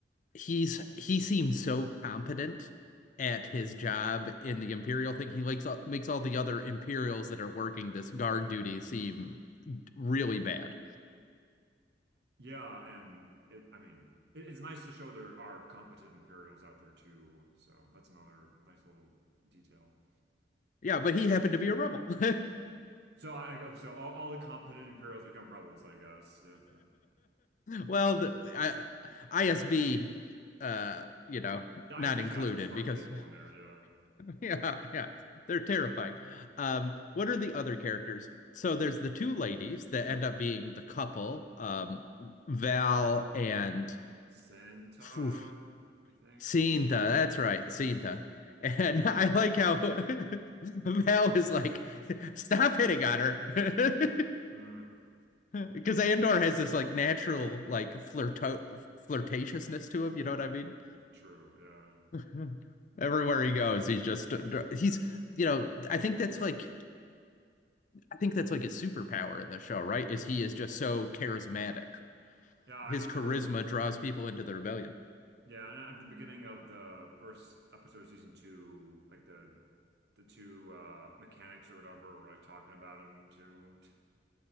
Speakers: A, on the left; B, on the right.
A: he's he seems so competent at his job in the Imperial thing. He likes makes all the other Imperials that are working this guard duty seem really bad.
B: Yeah, and it. I mean, it, it's nice to show there are competent Imperials out there too. So that's another nice little detail.
A: Yeah, but he happened to be a rebel. <laughs> <laughs>
B: So I, oh, so all, all the competent Imperials become rebels, I guess. Yeah,
A: well, the, I, ISB, uh, you know,
B: <laughs> the ISB's
A: not included
B: got some smart
A: because
B: people in there. Yeah,
A: <laughs> Yeah, yeah. They're terrifying. Um, what are the other characters? So there's the two ladies that
B: yeah.
A: end up being the couple, um, Val and
B: Santa,
A: oof,
B: I think.
A: Cinta. That's right, Cinta.
B: Yeah.
A: And <laughs> I like how <laughs> Val is like, stop hitting on her. <laughs>
B: Mm,
A: Because Andor has this like natural like flirto flirtatiousness to him, you know what I mean?
B: true. Yeah.
A: <laughs> Everywhere he goes, he's just he's you know, I think that's like I think that's like his superpower in the show, right? Is he is just so charismatic.
B: Yeah, I
A: His
B: remember.
A: charisma draws people into the rebellion.
B: Yeah, and at the beginning of the first episode of season two, like the the two uh mechanics or whatever were like talking about him too.